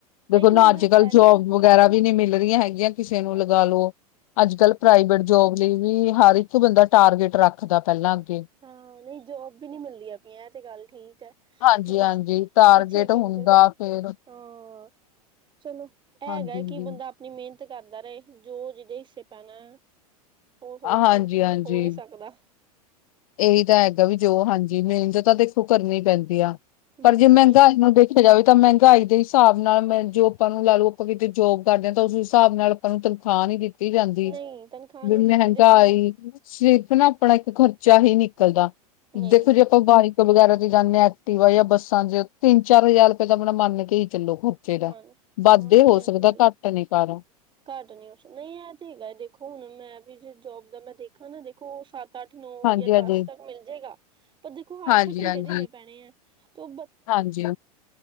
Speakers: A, on the left; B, on the right.
A: ਦੇਖੋ
B: ਤਾਂ ਇਹ ਤੇ
A: ਨਾ,
B: ਮੰਦਾ
A: ਅੱਜ - ਕੱਲ
B: ਪੈ
A: ਜੋਬ
B: ਰਿਹਾ
A: ਵ ਵਗੈਰਾ ਵੀ ਨਹੀ ਮਿਲ ਰਹੀਆਂ ਹੈਗੀਆਂ। ਕਿਸੇ ਨੂੰ
B: ਬਸ
A: ਲਗਾ ਲੋ, ਅੱਜ ਕੱਲ੍ਹ ਪ੍ਰਾਈਵੇਟ ਜੋਬ ਲਈ ਵੀ ਹਰ ਇੱਕ ਬੰਦਾ ਟਾਰਗੇਟ ਰੱਖਦਾ ਪਹਿਲਾਂ ਅੱਗੇ।
B: ਹਾਂ। ਨਹੀਂ ਜੋਬ ਵੀ ਨਿ ਮਿਲਦੀ ਪਾਇਆ, ਇਹ ਤੇ ਗੱਲ ਠੀਕ ਹੈ।
A: ਹਾਂਜੀ
B: ਕਿ ਪਿੱਛੇ
A: ਹਾਂਜੀ। ਟਾਰਗੇਟ
B: ਪਿੱਛੇ ਕਹਿੰਦੇ
A: ਹੁੰਦਾ ਫੇਰ
B: ਹਾਂ। ਅ ਚਲੋ ਹੈਗਾ
A: ਹਾਂਜੀ-ਹਾਂਜੀ।
B: ਕੀ ਬੰਦਾ ਆਪਣੀ ਮਿਹਨਤ ਕਰਦਾ ਰਹੇ, ਜੋ ਜਿਹਦੇ ਹਿੱਸੇ ਪੈਣਾ ਅ ਉ ਹੋਇਆ
A: ਹਾਂਜੀ-ਹਾਂਜੀ
B: ਕੋ ਖੋ ਨੀ ਸਕਦਾ।
A: ਇਹੀ ਤਾਂ ਹੈਗਾ ਵੀ ਜੋ ਹਾਂਜੀ। ਮਿਹਨਤ ਤਾਂ ਦੇਖੋ ਕਰਨੀ ਪੈਂਦੀ ਆ, ਪਰ
B: ਬਸ
A: ਜੇ ਮਹਿੰਗਾਈ
B: ਮਿਹਨਤ
A: ਨੂੰ ਦੇਖੋ ਦੇਖਿਆ ਜਾਵੇ ਤਾਂ। ਮਹਿੰਗਾਈ ਦੇ ਹਿਸਾਬ ਨਾਲ ਮ ਜੋ ਆਪਾਂ ਨੂੰ ਲਾ ਲਓ। ਆਪਾਂ ਕਿਤੇ ਜੋਬ ਕਰਦੇ ਹਾਂ ਤਾਂ ਉਸ ਹਿਸਾਬ ਨਾਲ ਆਪਾਂ ਨੂੰ ਤਨਖਾਹ ਨੀ ਦਿੱਤੀ ਜਾਂਦੀ।
B: ਨਹੀਂ
A: ਜਿਵੇ
B: ਤਨਖਾਹ ਨਹੀਂ ਦਿੱਤੀ
A: ਮਹਿੰਗਾ
B: ਜਾਂਦੀ ਦੇਖੋ
A: ਆਈ ਸਿਰਫ ਨਾ, ਆਪਣਾ ਇੱਕ ਖਰਚਾ ਹੀ ਨਿਕਲਦਾ।
B: ਨਹੀਂ
A: ਦੇਖੋ
B: ਨਿਕਲਦਾ
A: ਜੇ ਆਪਾਂ ਵਾਈ ਤੋ ਵਗੈਰਾ ਤੇ ਜਾਨੇ ਆ, ਐਕਟਿਵਾ ਜਾਂ ਬੱਸਾਂ 'ਚ। ਤਿੰਨ- ਚਾਰ ਹਜ਼ਾਰ ਰੁਪਏ ਤਾਂ ਆਪਣਾ ਮੰਨ ਕੇ ਹੀ ਚੱਲੋ ਹੂੰ ਬੱਚੇਗਾ।
B: ਮਨ
A: ਦਾ
B: ਹਾਂ
A: ਵੱਧ
B: ਨਹੀਂ
A: ਹੋ
B: ਇਹ
A: ਸਕਦਾ
B: ਤੇ ਗੱਲ
A: ਏ ਘੱਟ ਨੀ ਪਾਣਾ।
B: ਘੱਟ ਨੀ, ਨਹੀਂ ਇਹ ਤੇ ਹੈਗਾ ਏ। ਦੇਖੋ ਹੁਣ ਮੈਂ ਵੀ ਜੇ ਜੋਬ ਦਾ ਮੈਂ ਦੇਖਾ ਨਾ, ਦੇਖੋ ਉਹ ਸੱਤ ਅੱਠ, ਨੋ
A: ਹਾਂਜੀ-ਹਾਂਜੀ।
B: ਜਾਂ ਦਸ ਤੱਕ ਮਿਲ ਜੇਗਾ। ਪਰ ਦੇਖੋ,
A: ਹਾਂਜੀ-ਹਾਂਜੀ,
B: ਅੱਠ ਘੰਟੇ ਦੇਣੇ ਪੈਣੇ ਐ, ਤੁ
A: ਹਾਂਜੀ,